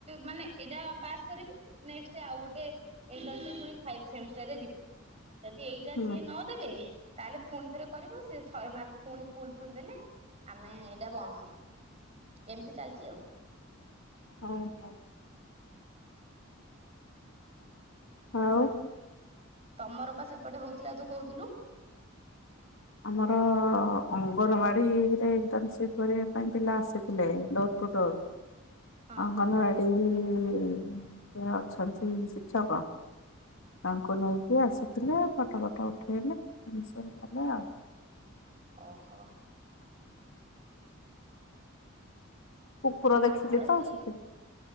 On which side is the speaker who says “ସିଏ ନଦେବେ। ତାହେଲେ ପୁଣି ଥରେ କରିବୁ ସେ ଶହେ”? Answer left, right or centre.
Right